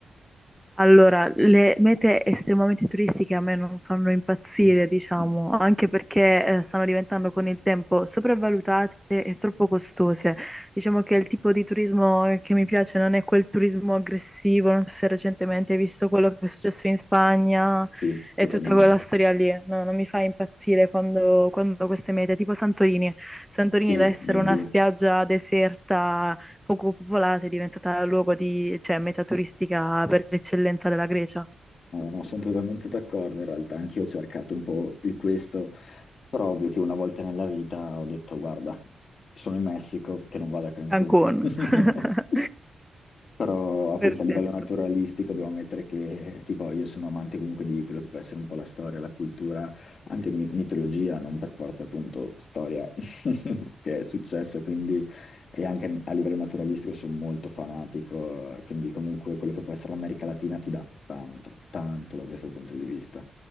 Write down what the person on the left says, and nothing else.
<laughs>
Sì,
totalmente.
Sì,
mio
Dio.
No, no, sono totalmente d'accordo in realtà, anch'io ho cercato un po' il questo, però ovvio che una volta nella vita ho detto, guarda, sono in Messico, che non vado a Cancun.
<laughs> Però appunto
a livello naturalistico devo ammettere che tipo io sono amante comunque di quello che può essere un po' la storia, la cultura, anche mi- mitologia, non per forza appunto storia <laughs> che è successo, quindi e anche a livello naturalistico sono molto fanatico, quindi comunque quello che può essere l'America Latina ti dà tanto, tanto da questo punto di vista